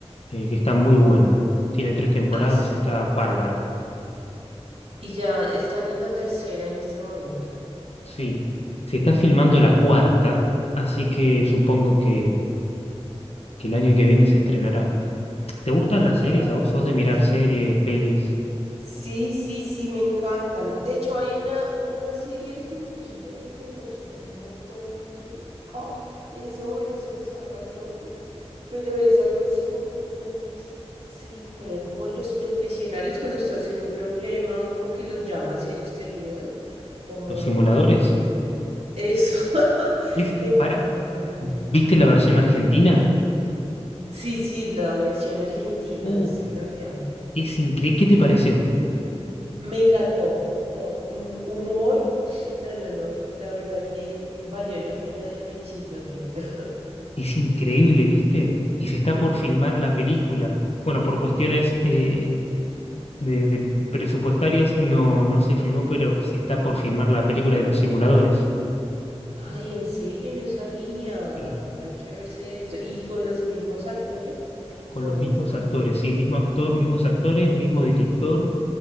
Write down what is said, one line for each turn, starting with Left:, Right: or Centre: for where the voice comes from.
Left: eh, que está muy buena. Tiene tres temporadas,
Right: Ah, sí.
Left: está bárbara.
Right: Y ya están en la tercera en este momento.
Left: Sí, se está filmando la cuarta, así que supongo que, que el año que viene se estrenará. ¿Te gustan las
Right: Ah,
Left: series? ¿A vos
Right: buenísimo.
Left: sos de mirar series, pelis?
Right: Sí, sí, sí, me encantan. De hecho, hay una, una serie argentina que me gusta un montón, que ah, en ese momento se me escapa el nombre, pero es algo así como, como s- si fueran como los profesionales cuando estás en un problema, como que los llamas y ellos te ayudan, como...
Left: Los simuladores.
Right: Eso, <laughs>
Left: Es,
Right: me encanta
Left: para,
Right: esa serie.
Left: ¿viste la versión argentina?
Right: Sí, sí, la versión argentina
Left: Uf,
Right: es la que hablo.
Left: es increíble. ¿Qué te pareció?
Right: Me encantó. No, un humor. No, no, no. La verdad que valió la pena de principio a fin. <laughs>
Left: Es increíble, ¿viste? Y se está por filmar la película. Bueno, por cuestiones eh, de, de presupuestarias no, no se filmó, pero se está por filmar la película de los simuladores.
Right: Ay, en serio, no sabía.
Left: Sí.
Right: Hay que verse eso. ¿Y con los mismos actores?
Left: Con
Right: Oh,
Left: los mismos actores,
Right: ok.
Left: sí, mismo actor, mismos actores, mismo director.